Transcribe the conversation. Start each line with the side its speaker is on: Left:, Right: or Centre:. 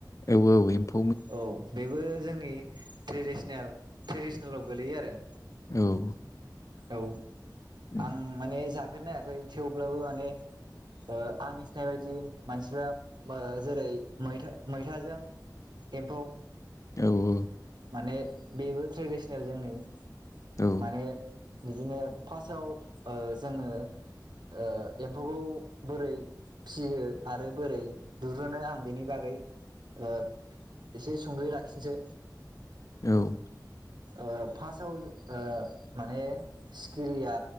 Left: औ औ एमफौ
Right: औ बेबो जोंनि ट्रेदिसनेल ट्रेडिसनेलाव गोलैयो आरो।
Left: औ।
Right: औ
Left: उम
Right: आं माने जाफेरनायाखै थेवब्लाबो माने ओ आं मिथिनाय बायदि मानसिफ्रा ओ जेरै मैथा मैथाजों एम्फौ
Left: औ औ।
Right: माने बेबो ट्रेडिसनेल जोंनि
Left: औ
Right: माने बिदिनो फासाव ओ जोङो ओ एम्फौखौ बोरै फिसियो आरो बोरै दुरुनो आं बेनि बागै ओ एसे सुंदयै लाखिनोसै।
Left: औ‌।
Right: ओ फासाव ओ माने सिखिरिया